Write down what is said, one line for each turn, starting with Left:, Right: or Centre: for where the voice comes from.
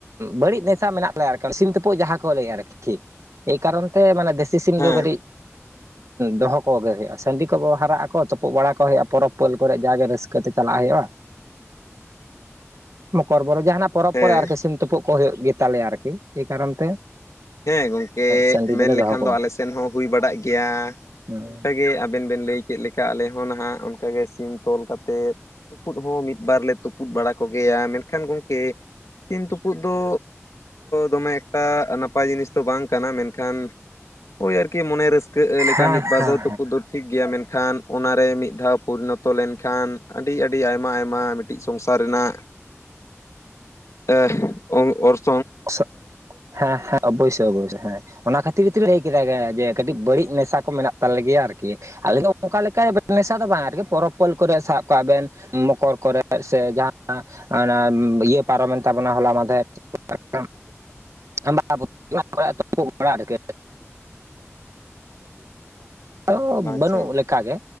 Right: ᱵᱟᱹᱲᱤᱡ ᱱᱮᱥᱟ ᱢᱮᱱᱟᱜ ᱛᱟᱞᱮᱭᱟ ᱟᱨᱠᱤ ᱥᱤᱢ ᱛᱩᱯᱩᱜ ᱡᱟᱦᱟᱸ ᱠᱚ ᱞᱟᱹᱭᱮᱫ ᱟᱨᱠᱤ ᱮᱭ ᱠᱟᱨᱚᱱ ᱛᱮ ᱢᱟᱱᱮ ᱫᱮᱥᱤ ᱥᱤᱢ
Left: ᱦᱮᱸ
Right: ᱫᱚ ᱠᱟᱹᱴᱤᱡ ᱫᱚᱦᱚ ᱠᱚᱜᱮ ᱦᱩᱭᱩᱜ ᱟ ᱥᱟᱺᱰᱤ ᱠᱚ ᱠᱚ ᱦᱟᱨᱟᱜ ᱟᱠᱚ ᱛᱩᱯᱩᱜ ᱵᱟᱲᱟ ᱠᱚ ᱦᱩᱭᱩᱜᱼᱟ ᱯᱚᱨᱚᱵᱽ ᱯᱟᱹᱞ ᱠᱚᱨᱮ ᱡᱟᱜᱮ ᱨᱟᱹᱥᱠᱟᱹ ᱛᱮ ᱪᱟᱞᱟᱜ ᱦᱩᱭᱩᱜᱼᱟ ᱢᱚᱠᱚᱨᱵᱚᱞᱮ ᱡᱟᱦᱟᱱᱟᱜ ᱯᱚᱨᱚᱵᱽ
Left: ᱦᱮᱸ
Right: ᱠᱚᱨᱮ ᱟᱨᱠᱤ ᱥᱤᱢ ᱛᱩᱯᱩᱜ ᱠᱚ ᱦᱩᱭᱩᱜ ᱜᱮᱛᱟᱞᱮᱭᱟ ᱟᱨᱠᱤ ᱮᱭ ᱠᱟᱨᱚᱱ ᱛᱮ
Left: ᱦᱮᱸ ᱜᱚᱝᱠᱮ
Right: ᱥᱟᱺᱰᱤ ᱫᱚᱞᱮ
Left: ᱢᱮᱱ
Right: ᱫᱚᱦᱚ
Left: ᱞᱮᱠᱷᱟᱱ
Right: ᱠᱚᱣᱟ
Left: ᱫᱚ ᱟᱞᱮ ᱥᱮᱫ ᱦᱚᱸ ᱦᱩᱭ ᱵᱟᱲᱟᱜ ᱜᱮᱭᱟ
Right: ᱦᱮᱸ
Left: ᱚᱱᱠᱟᱜᱮ ᱟᱵᱮᱱ ᱵᱮᱱ ᱞᱟᱹᱭ ᱠᱮᱫ ᱞᱮᱠᱟ ᱟᱞᱮ ᱦᱚᱸ ᱱᱟᱦᱟᱜ ᱚᱱᱠᱟᱜᱮ ᱥᱤᱢ ᱛᱚᱞ ᱠᱟᱛᱮᱫ ᱛᱩᱯᱩᱫ ᱦᱚᱸ ᱢᱤᱫᱵᱟᱨ ᱞᱮ ᱛᱩᱯᱩᱫ ᱵᱟᱲᱟ ᱠᱚᱜᱮᱭᱟ ᱢᱮᱱᱠᱷᱟᱱ ᱜᱚᱢᱠᱮ ᱥᱤᱢ ᱛᱩᱯᱩᱫ ᱫᱚ ᱫᱚᱢᱮ ᱮᱠᱴᱟ ᱱᱟᱯ ᱱᱟᱯᱟᱭ ᱡᱤᱱᱤᱥ ᱫᱚ ᱵᱟᱝ ᱠᱟᱱᱟ ᱢᱮᱱᱠᱷᱟᱱ ᱳᱭ ᱟᱨᱠᱤ ᱢᱚᱱᱮ ᱨᱟᱹᱥᱠᱟᱹᱜ ᱞᱮᱠᱟ
Right: ᱦᱮᱸ
Left: ᱢᱤᱫ ᱵᱟᱨ
Right: ᱦᱮᱸ
Left: ᱫᱷᱟᱣ ᱛᱩᱯᱩᱜ ᱫᱚ ᱴᱷᱤᱠ ᱜᱮᱭᱟ ᱢᱮᱱᱠᱷᱟᱱ ᱚᱱᱟᱨᱮ ᱢᱤᱫ ᱫᱷᱟᱣ ᱯᱚᱨᱤᱱᱚᱛᱚ ᱞᱮᱱᱠᱷᱟᱱ ᱟᱹᱰᱤ ᱟᱹᱰᱤ ᱟᱭᱢᱟ ᱟᱭᱢᱟ ᱠᱟᱹᱴᱤᱡ ᱥᱚᱝᱥᱟᱨ ᱨᱮᱱᱟᱜ
Right: <unintelligible>
Left: ᱮ <unintelligible>
Right: <unintelligible> ᱦᱮᱸ ᱦᱮᱸ ᱚᱵᱚᱥᱚᱭ ᱚᱵᱚᱥ ᱦᱮᱸ ᱾ ᱚᱱᱟ ᱠᱷᱟᱹᱛᱤᱨ ᱜᱮᱛᱤᱧ ᱞᱟᱹᱭ ᱠᱮᱫᱟ ᱡᱮ ᱠᱟᱹᱴᱤᱡ ᱵᱟᱹᱲᱤᱡ ᱱᱮᱥᱟ ᱠᱚ ᱢᱮᱱᱟᱜ ᱛᱟᱞᱮ ᱜᱮᱭᱟ ᱟᱨᱠᱤ ᱾ ᱟᱞᱤᱧ ᱫᱚ ᱚᱱᱠᱟ ᱞᱮᱠᱟ ᱱᱮᱥᱟ ᱫᱚ ᱵᱟᱝᱟ ᱟᱨᱠᱤ ᱯᱚᱨᱚᱵᱽ ᱯᱟᱹᱞ ᱠᱚᱨᱮ ᱥᱟᱵ ᱠᱟᱜ ᱵᱮᱱ ᱢᱚᱠᱚᱨ ᱠᱚᱨᱮ ᱥᱮ ᱡᱟᱦᱱᱟᱜ ᱚᱱᱟ ᱤᱭᱟᱹ ᱯᱟᱨᱚᱢᱮᱱ ᱛᱟᱵᱚᱱᱟ ᱦᱚᱞᱟ ᱢᱟᱫᱷᱮᱨ <unintelligible> ᱟᱢᱟᱵᱚᱛᱤ ᱠᱚᱨᱮ ᱛᱳᱯᱳᱫ ᱵᱟᱲᱟᱜ <unintelligible>
Left: ᱟᱪᱪᱷᱟ
Right: ᱵᱟᱹᱱᱩᱜ ᱞᱮᱠᱟᱜᱮ